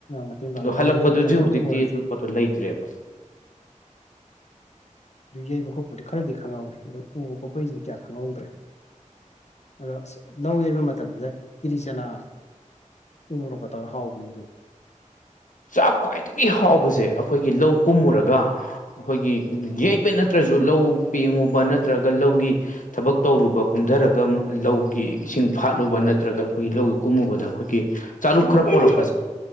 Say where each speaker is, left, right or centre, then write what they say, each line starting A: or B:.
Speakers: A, on the left; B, on the left.
A: ꯃꯇꯦꯡ ꯄꯥꯡꯕ
B: ꯑ ꯍꯜꯂꯛꯄꯗꯨꯁꯨ
A: ꯂꯥꯡ ꯌꯩꯕ ꯃꯇꯝꯗ
B: ꯍꯧꯖꯤꯛꯇꯤ
A: ꯑꯣꯏꯔꯁꯨ
B: ꯑꯗꯨ ꯄꯣꯠꯇꯣ ꯂꯩꯇ꯭ꯔꯦꯕ
A: ꯑꯗꯨ ꯌꯩꯕ ꯈꯣꯠꯄꯗꯨ ꯈꯔꯗꯤ ꯈꯪꯍꯧꯋꯤ ꯑꯗꯣ ꯎꯕ ꯈꯣꯠꯄꯩꯁꯤꯗꯤ ꯀꯌꯥ ꯈꯪꯍꯧꯗ꯭ꯔꯦ ꯑꯗꯣ ꯑꯁ ꯂꯧ ꯌꯩꯕ ꯃꯇꯝꯗꯨꯗ ꯀꯤꯂꯤ ꯆꯅꯥ ꯎꯔꯣꯛꯀ ꯇꯧꯔ ꯍꯥꯎꯕꯅꯦ ꯑꯗꯨꯗꯤ
B: ꯆꯥꯛ ꯈ꯭ꯋꯥꯏꯗꯒꯤ ꯍꯥꯎꯕꯁꯦ ꯑꯩꯈꯣꯏꯒꯤ ꯂꯧ ꯀꯨꯝꯃꯨꯔꯒ ꯑꯩꯈꯣꯏꯒꯤ ꯌꯩꯕ ꯅꯠꯇ꯭ꯔꯁꯨ ꯂꯧ ꯄꯦꯡꯉꯨꯕ ꯅꯠꯇ꯭ꯔꯒ ꯂꯧꯒꯤ ꯊꯕꯛ ꯇꯧꯔꯨꯕ ꯀꯨꯝꯊꯔꯒ ꯂꯧꯒꯤ ꯏꯁꯤꯡ ꯐꯥꯠꯂꯨꯕ ꯅꯠꯇ꯭ꯔꯒ ꯑꯩꯈꯣꯏꯒꯤ ꯂꯧꯒ ꯀꯨꯝꯃꯨꯕꯗ ꯑꯩꯈꯣꯏꯒꯤ ꯆꯥꯂꯨꯛ ꯈꯔ ꯄꯣꯜꯂꯛꯄꯁꯦ